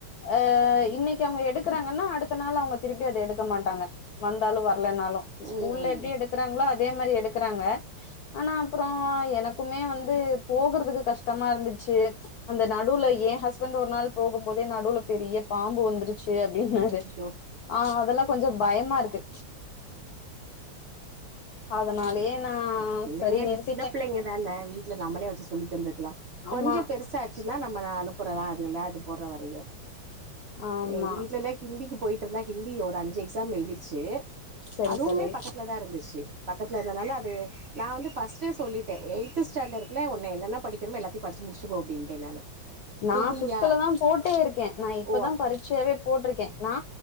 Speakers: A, on the left; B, on the right.
A: அ இன்னைக்கு அவுங்க எடுக்குறாங்கன்னா அடுத்த நாள் அவுங்க திருப்பி அத எடு எடுக்க மாட்டாங்க வந்தாலும் வரலனாலும் ஸ்கூல்ல
B: ம்
A: எப்படி எடுக்குறாங்களோ அதே மாதிரி எடுக்குறாங்க ஆனா அப்றம் எனக்குமே வந்து போகறதுக்கு கஷ்டமா இருந்துச்சு அந்த நடுல ஏன் ஹஸ்பண்ட் ஒரு நாள் போகும் போதே நடுவுல பெரிய பாம்பு வந்துருச்சு அப்படின்னாரு
B: அச்சச்சோ
A: ஆ அதெல்லாம் கொஞ்சம் பயமா இருக்கு அதனாலயே நா
B: பிள்ளைங்க
A: சரி நிறுத்திட்டே
B: சின்ன பிள்ளைங்க தான வீட்டுல நம்மளே வச்சு சொல்லி தந்துருக்கலாம் கொஞ்சம்
A: ஆமா
B: பெருசா ச்சுனா நம்ம நா அனுப்புறலாம் அதுங்கல்லா இது போற வரையும்
A: ஆமா
B: எங்க வீட்லலா ஹிந்திக்கு போயிட்டு இருந்தா ஹிந்தி ஒரு அஞ்சு எக்ஸாம் எழுதிருச்சு
A: சரி
B: அதுவுமே
A: சரி
B: பக்கத்து வீட்ல தா இருந்துச்சி பக்கத்துல இருந்ததால அது நா வந்து ஃபர்ஸ்டே சொல்லிட்டேன் எய்த் ஸ்டாண்ட்ர்டு குள்ள உன்ன என்னன்ன படிக்கிறமோ எல்லாத்தையும் படிச்சு முடிச்சுக்கோ அப்டின்டேன் நானு
A: நா
B: ஹிந்தியா
A: ஃபிஃப்துல தான் போட்டே இருக்கேன் நா இப்பதான்
B: ஓ
A: பரீட்சையாவே போட்டிருக்கேன் நா